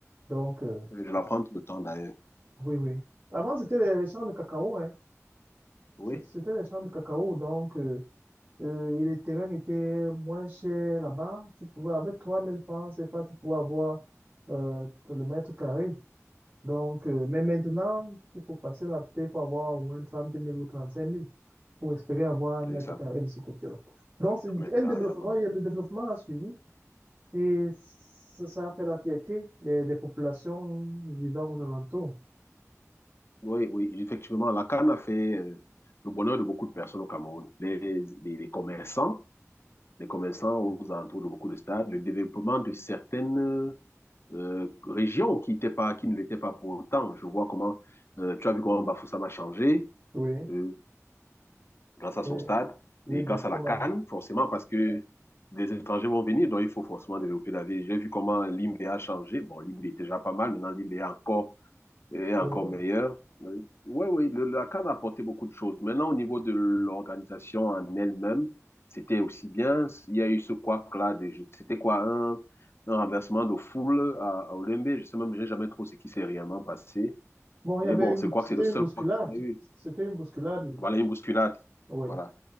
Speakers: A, on the right; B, on the left.
A: Donc, euh,
B: Je la prends tout le temps d'ailleurs.
A: oui, oui. Avant, c'était les, les champs de cacao, hein.
B: Oui,
A: C'est- C'était les champs de cacao, donc euh, euh, et les terrains étaient moins chers là-bas. Tu pouvais, avec 3000 francs CFA, tu pouvais avoir euh, le mètre carré. Donc, euh, mais maintenant, il faut passer là, peut pour avoir au moins 30 000 ou 35 000 pour espérer avoir un mètre
B: j'ai ça,
A: carré de ce côté-là. Donc, c'est
B: 30
A: un
B: mètres carrés
A: développement,
B: là-bas.
A: il y a- le développement a suivi. Et ça, ça a fait la fierté des, des populations vivant aux alentours.
B: Oui, oui, effectivement, la canne a fait euh, le bonheur de beaucoup de personnes au Cameroun. Les, les, les commerçants, les commerçants aux alentours de beaucoup de stades, le développement de certaines euh, régions qui, étaient pas, qui ne l'étaient pas pour autant. Je vois comment, euh, tu as vu comment Bafoussam a changé.
A: Oui,
B: Euh, grâce à
A: oui,
B: son stade
A: oui,
B: et
A: bah,
B: grâce
A: ça
B: à la
A: m'a-
B: can forcément, parce que des étrangers vont venir, donc il faut forcément développer la ville. J'ai vu comment Limbe a changé. Bon, Limbe était déjà pas mal, maintenant Limbe est encore, est encore
A: oui.
B: meilleur. Oui, oui, le, la can a apporté beaucoup de choses. Maintenant, au niveau de l'organisation en elle-même, c'était aussi bien. Il y a eu ce couac-là, c'était quoi, un, un renversement de foule à, à Olymbe. Je sais même, j'ai jamais trop ce qui s'est réellement passé.
A: Bon, il
B: Et
A: y avait
B: bon,
A: une,
B: c'est quoi
A: c'était
B: que c'est le seul
A: une bousculade.
B: quoi qu'il y a eu.
A: C'était une bousculade.
B: Voilà, une bousculade.
A: Oui,
B: Voilà,